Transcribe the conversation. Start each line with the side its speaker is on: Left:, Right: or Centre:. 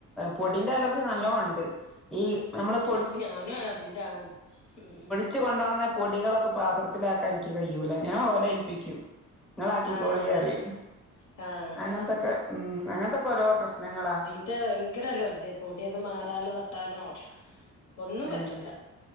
Centre: പൊടിന്റെ
Left: ഉം
Centre: അലർജി നല്ലോണ്ട് ഈ നമ്മള് പൊ
Left: ക്കു ഞാനു അലർജിന്റെളാണ് ഉം ഉം
Centre: ച്ച് കൊണ്ടോന്ന പൊടികളൊക്കെ പാത്രത്തിലാക്കാ എനിക്ക് കയൂല ഞാഓലെ ഏൽപ്പിക്കും ഇങ്ങളാക്കികോളിറയും
Left: ആഹ് ആഹ്
Centre: അങ്ങനത്തൊക്കെ, അങ്ങനത്തൊക്കെ ഓരോ പ്രശ്നങ്ങളാ
Left: മറ്റേ ഭയങ്കര അലർജിയ പൊടിയൊന്ന് മാറാല തട്ടാനോ ഒന്നും പറ്റൂല
Centre: ആഹ്